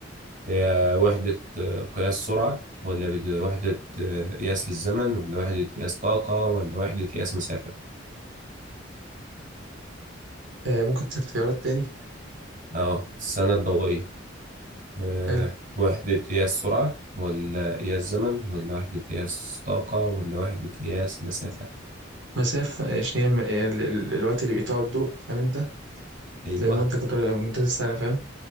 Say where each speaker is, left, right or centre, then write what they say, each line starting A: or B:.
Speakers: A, on the right (about 45°); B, on the right (about 85°).
A: هي وحدة آه، قياس سرعة ولا بد- وحدة آه، قياس للزمن ولا وحدة قياس طاقة ولا وحدة قياس مسافة
B: آه ممكن تديك خيارات تاني
A: اه السنة الضوئية آه،
B: حلو
A: وحدة قياس سرعة ولا قياس زمن ولا وحدة قياس طاقة ولا وحدة قياس مسافة
B: مسافة عشان هي م- هي ال- ال- الوقت اللي بيقطعه الضوء فاهم انت
A: أيوه
B: في مدة قطر مدة السنة فاهم